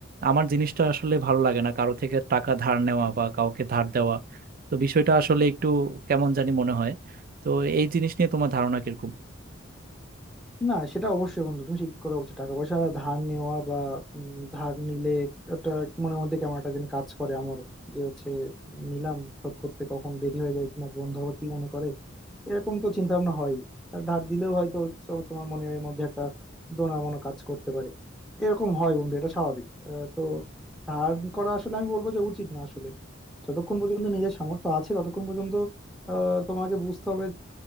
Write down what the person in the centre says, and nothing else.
না সেটা অবশ্যই বন্ধু তুমি ঠিক কথা বলছো টাকা পয়সা ধার নেওয়া বা উম, ধার নিলে একটা মনের মধ্যে কেমন একটা যেন কাজ করে আমারও যে হচ্ছে নিলাম শোধ করতে কখন দেরি হয়ে যায় কিনা বন্ধু আবার কি মনে করে এরকম তো চিন্তা ভাবনা হয় আর ধার দিলেও হয়তো তো- তোমার মনের মধ্যে একটা দোনা মনো কাজ করতে পারে এরকম হয় বন্ধু এটা স্বাভাবিক আহ, তো ধার করা আসলে আমি বলবো যে উচিত না আসলে যতক্ষণ পর্যন্ত নিজের সামর্থ্য আছে ততক্ষণ পর্যন্ত আহ, তোমাকে বুঝতে হবে